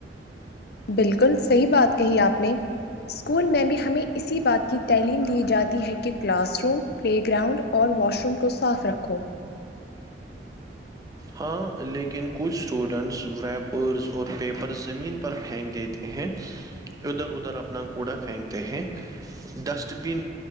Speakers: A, on the left (about 60°); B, on the right (about 20°).
A: بالکل صحیح بات کہی آپ نے اسکول میں بھی ہمیں اسی بات کی تعلیم دی جاتی ہے کہ کلاس روم پلے گراؤنڈ اور واش روم کو صاف رکھو
B: ہاں لیکن کچھ اسٹوڈنٹس ویپرز اور پیپر زمین پر پھینک دیتے ہیں ادھر ادھر اپنا گوڑا پھینکتے ہیں ڈسٹ بن